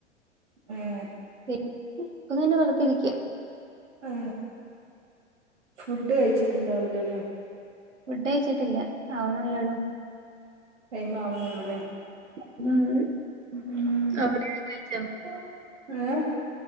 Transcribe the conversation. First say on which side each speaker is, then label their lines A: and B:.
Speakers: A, on the right (about 70°); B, on the right (about 85°).
A: ഉം
B: <unintelligible> വറുതിരിക്ക
A: ഏ ഫുഡ് കഴിച്ചിട്ടുണ്ടാവില്ലല്ലേ
B: ഫുഡ് കഴിച്ചിട്ടില്ല ആവ്ണല്ലൊള്ളൂ
A: ടൈം ആവുണള്ളുല്ലേ
B: <unintelligible>
A: ഉം <unintelligible>
B: അവിടെ കഴിച്ചോ